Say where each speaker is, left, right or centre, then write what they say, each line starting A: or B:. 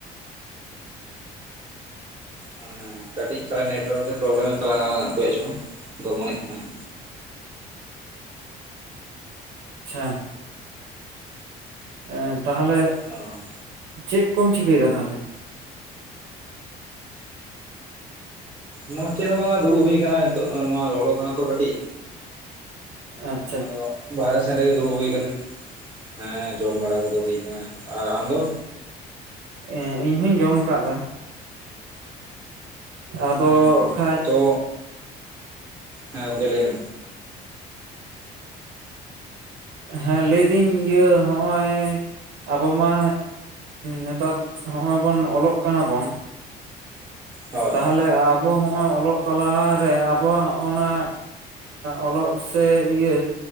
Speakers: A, on the right (about 25°); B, on the right (about 75°).
A: ᱦᱮᱸ ᱠᱟᱹᱴᱤᱡ ᱛᱟᱨᱟ ᱱᱮᱴᱳᱣᱟᱨᱠ ᱯᱨᱚᱵᱮᱞᱮᱢ ᱦᱩᱭᱩᱜ ᱛᱟᱞᱟᱝᱼᱟᱞᱟᱝᱟᱜ ᱚ ᱠᱚᱭᱭᱟᱜ ᱪᱚᱝ ᱜᱚᱢᱚᱱᱮᱫ ᱠᱟᱱᱟᱸᱜ᱾
B: ᱟᱪᱪᱷᱟ ᱮᱸ ᱛᱟᱦᱚᱞᱮ
A: ᱦᱳᱭ
B: ᱪᱮᱫ ᱠᱚᱢ ᱪᱤᱠᱟᱹᱭᱮᱫᱟ ᱛᱟᱦᱚᱞᱮ?
A: ᱱᱚᱣᱟ ᱪᱮᱫ ᱦᱚᱸ ᱵᱟᱝᱟ ᱫᱩᱲᱩᱵ ᱦᱩᱭ ᱟᱠᱟᱱᱟ ᱱᱤᱛᱚᱜ ᱱᱚᱣᱟ ᱞᱚᱞᱚ ᱠᱟᱱᱟ ᱛᱚ ᱠᱟᱹᱴᱤᱡ᱾
B: ᱟᱪ <unintelligible>
A: ᱟᱫᱚ ᱵᱟᱦᱨᱮ ᱥᱮᱱ ᱨᱮᱜᱮ ᱫᱩᱲᱩᱵ ᱦᱩᱭ ᱟᱠᱟᱱᱟ, ᱦᱮᱸ ᱡᱚᱢ ᱵᱟᱲᱟ ᱠᱚᱫᱚ ᱦᱩᱭ ᱟᱠᱟᱱᱟ᱾ ᱟᱨ ᱟᱢ ᱫᱚ?
B: ᱮᱸ ᱤᱧᱦᱚᱧ ᱡᱚᱢ ᱟᱠᱟᱫᱟ᱾ ᱟᱫᱚ
A: ᱦᱩᱸ
B: ᱠᱷᱟᱡ
A: ᱛᱚ ᱦᱮᱸ ᱜᱚᱢᱠᱮ ᱞᱟᱹᱭ ᱢᱮ?
B: ᱦᱮᱸ ᱞᱟᱹᱭᱫᱟᱹᱧ ᱤᱭᱟᱹ ᱦᱚᱜᱼᱚᱭ ᱟᱵᱚ ᱢᱟ ᱱᱮᱛᱟᱨ ᱦᱚᱜᱚᱭ ᱵᱚᱱ ᱚᱞᱚᱜ ᱠᱟᱱᱟ ᱵᱚᱱ᱾
A: ᱦᱳᱭ
B: ᱛᱟᱦᱚᱞᱮ ᱟᱵᱚ ᱦᱚᱸᱜᱼᱚᱭ ᱚᱞᱚᱜ ᱛᱟᱞᱟᱨᱮ ᱟᱵᱚᱣᱟᱜ ᱦᱚᱜᱼ ᱱᱟ ᱚᱞᱚᱜ ᱥᱮ ᱤᱭᱟᱹ